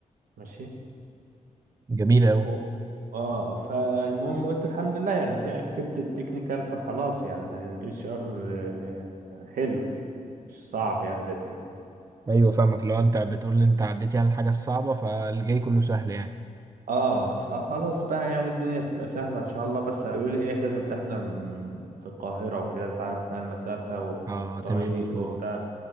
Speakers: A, on the right (about 85°); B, on the right (about 25°).
A: ماشي
B: جميل قوي
A: و... اه فالمهم قلت الحمد لله يعني كده اكسبت التكنيكال فخلاص يعني الاتش ار يعني حلو مش صعب يعني زي التكنيكال
B: ايوه فاهمك لو انت بتقول ان انت عديتي على الحاجه الصعبه فالجاي كله سهل يعني
A: اه فخلاص بقى يعني الدنيا تبقى سهلة ان شاء الله بس قالوا لي ايه لازم تحضر م- في القاهرة وكده انت عارف بقى المسافة والطريق
B: اه تمشي بشوار
A: وبتاع